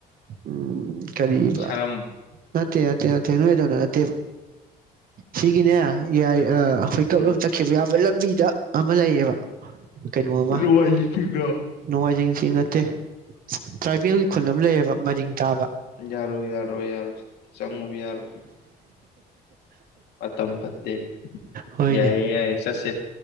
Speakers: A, on the right; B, on the left.
A: ꯎꯝ ꯀꯔꯤꯕ
B: ꯁꯔꯝ
A: ꯅꯠꯇꯦ ꯅꯠꯇꯦ ꯅꯠꯇꯦ ꯅꯣꯏ ꯑꯗꯣꯝꯗ ꯅꯠꯇꯦꯕ ꯁꯤꯒꯤꯅꯦ ꯌꯥꯏ ꯑ ꯍꯨꯏꯀꯨꯞ
B: ꯎꯝ
A: ꯂꯣꯝ ꯆꯠ ꯈꯤꯕ ꯌꯥꯕ ꯂꯝꯕꯤꯗ ꯑꯃ ꯂꯩꯌꯦꯕ ꯀꯩꯅꯣ ꯑꯃ
B: ꯂꯋꯥꯏꯁꯤꯒ
A: ꯅꯣꯡꯃꯥꯏꯖꯤꯡ ꯆꯤꯡ ꯅꯠꯇꯦ ꯇ꯭ꯔꯥꯏꯕꯦꯜꯒꯤ ꯈꯨꯟ ꯑꯃ ꯂꯩꯌꯦꯕ ꯃꯔꯤꯡ ꯇꯥꯕ
B: ꯌꯥꯔꯣꯢ ꯌꯥꯔꯣꯢ ꯌꯥꯔꯣꯢ ꯆꯪꯉꯨ ꯌꯥꯔ ꯐꯇꯝ ꯐꯠꯇꯦ
A: ꯍꯣꯏꯅꯦ
B: ꯌꯥꯏꯌꯦ ꯌꯥꯏꯌꯦ ꯆꯠꯁꯦ